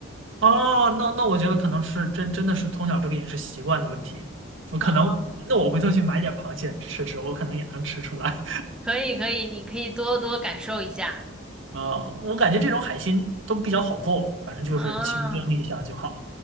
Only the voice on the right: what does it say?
哦，那那我觉得可能是真真的是从小这个饮食习惯的问题。我可能那我回头去买点螃蟹吃吃，
我可能也能吃出来。
<laughs> 啊、我感觉这种海鲜都比较好做，反正就是清蒸一下就好了。